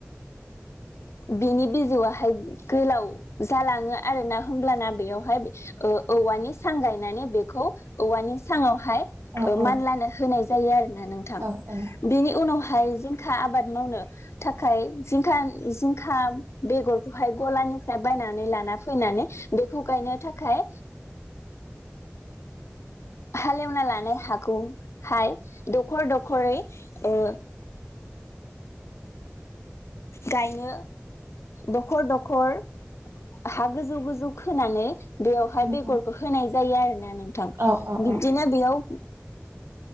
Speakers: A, on the left; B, on the right.
A: बिनि बिजौआहाय गोलाव जालाङो आर ना होमब्लाना बेयावहाय ओ औवानि सां गायनानै बेखौ औवानि सांआव हाय
B: औ औ
A: मानलानो होनाय जायो आरोना नोंथां
B: औ औ
A: बेनि उनावहाय जिं जिंखा आबाद मावनो थाखाय जिंखा जिं खा बेगरखौहाय गलानिफ्राय बायनानै लाना फैनानै बेखौ गायनो थाखाय हालेवना लानाय हाखौहाय दखर दखरै ओ गायनो दखर दखर हा गोजौ गोजौ खोनानै बेयावहाय
B: औ
A: बेगरखौ
B: औ
A: होनाय जायो आरो ना नोंथां
B: औ
A: बिब्दिनो बेयाव